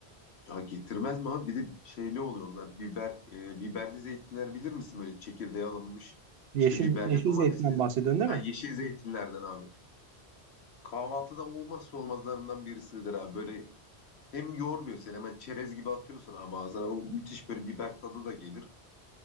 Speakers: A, on the left; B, on the right.
A: Ya getirmez mi abi? Bir de şeyli oluyor onlar. Biber, e, biberli zeytinler bilir misin böyle çekirdeği alınmış.
B: Yeşil
A: İşte biberli
B: yeşil
A: domatesli
B: zeytinden bahsediyorsun değil
A: ha,
B: mi?
A: yeşil zeytinlerden abi. Kahvaltıda olmazsa olmazlarından birisidir abi. Böyle hem yormuyor seni hemen çerez gibi atıyorsun abi ağzına. O müthiş böyle biber tadı da gelir.